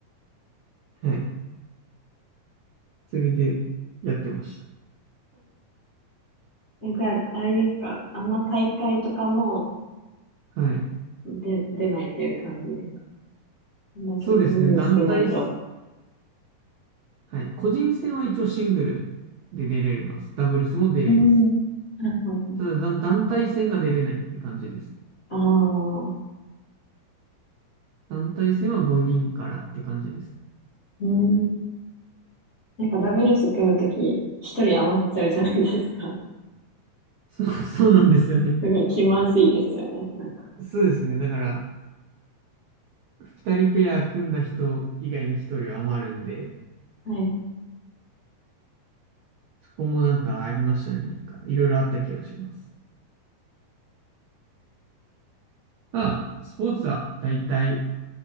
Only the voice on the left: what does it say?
え、じゃあ、あれですか。あんま大会とかも
出、出ないっていう感じですか。こんだけ人数少ないと。
うーん。なるほど。
ああ、う
ーん。なんかダブルス組むとき、一人余っちゃうじゃないですか。
すごい気まずいですよね。なんか。
はい。